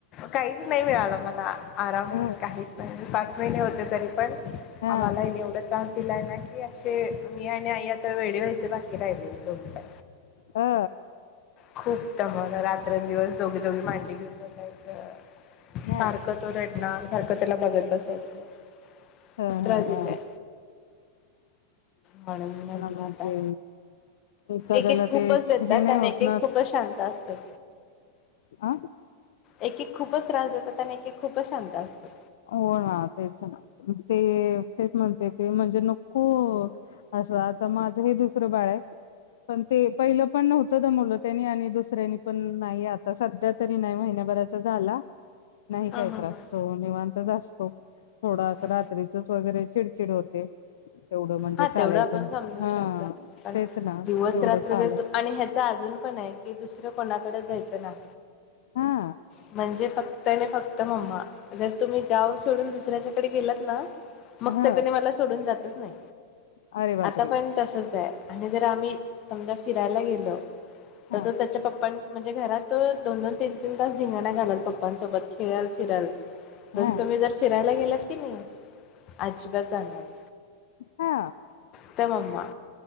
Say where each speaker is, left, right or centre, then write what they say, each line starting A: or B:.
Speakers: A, on the left; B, on the left.
A: काहीच नाही मिळालं मला आराम
B: ह
A: काहीच नाही म पाच महिने होते तरी पण
B: हा
A: आम्हाला एवढं तान तिलाय ना की असे मी आणि आई आता वेडे व्हायचे बाकी राहिलेले दोनी पण
B: हा
A: खूप दमवलं रात्रनं दिवस दोघी दोघी मांडीवर घेऊन बसायचं
B: ह
A: सारखं तो रडणार सारखं त्याला बघत बसायचं.
B: हा,
A: खूप त्रास
B: हा
A: दिलाय
B: हा.
A: म्हणून म्हटलं
B: म्हणजे
A: आता
B: एखाद्याला
A: एक एक खूपच
B: ते
A: येतात,
B: हे नाही
A: आणि
B: होत
A: एक एक खूपच शांत असतात.
B: आ.
A: एक एक खूपच त्रास देतात, आणि एक एक खूपचं शांत असतात.
B: हो ना तेच ना ते तेच म्हणते ते म्हणजे नको असं आता माझं हे दुसरं बाळ आहे. पण ते पहिलं पण नव्हतं दमवलं. त्यांनी आणि दुसऱ्यांनी पण नाही आता सध्या तरी नाही महिन्याभराचा झाला. नाही
A: हा
B: काही
A: हा
B: त्रासतो
A: हा
B: निवांत असतो हो थोडा अस
A: हा
B: रात्रीचा वगैरे चिडतो चिड होते. तेवढं म्हणजे
A: हा
B: चालायचं
A: तेवढं आपण समजू
B: हा
A: शकतो ना आपण
B: तेच ना
A: दिवस
B: तेवढं
A: रात्र
B: चालत
A: जर आणि ह्याच अजून पण आहे कि दुसरं कोणाकडे जायचं नाही.
B: हा
A: म्हज म्हणजे फक्त आणि फक्त मम्मा जर तुम्ही गाव सोडून दुसऱ्याच्याकडे गेलात ना. मग
B: हा
A: त त्याने मला सोडून जात ते नाही,
B: अरे बापरे!
A: आता पण तसच आहे. आणि जर आम्ही समजा फिरायला गेल
B: हां,
A: तर तो त्याच्या पप्प म्हणजे घरात तो दोन दोन तीन तीन तास धिंगाणा घालल पप्पांसोबत. फिराल फिराल म्हणून
B: हां,
A: तुम्ही जर फिरायला गेलात कीनी आजीबात चालणार नाही.
B: हा
A: उत्तममा.